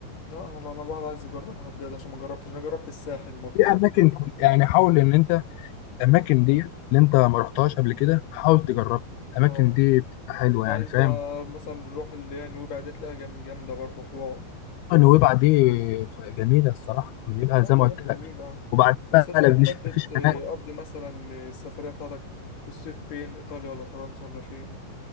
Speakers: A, on the left (about 55°); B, on the left (about 80°).
A: لا والله انا الواحد عايز يجربها بجد عشان ما جربتش انا جربت الساحل مطروح
B: في اماكن كن- يعني حاول ان انت الاماكن دي اللي انت ما رحتهاش قبل كده حاول تجربها الاماكن
A: اه
B: دي بتبقى حلوه
A: فانت
B: يعني فاهم
A: مثلا روح اللي هي نويبع دي تلاقيها جام- جامدة برضه حوار
B: نويبع دي جميله الصراحه بيبقى
A: لا
B: زي
A: نروح
B: ما قلت لك
A: نويبع بقى
B: وبعد
A: بس
B: بقى
A: انت بتحب
B: لا مش مفيش
A: تقضي
B: هناك
A: مثلا السفرية بتاعتك في الصيف فين ايطاليا ولا فرنسا ولا فين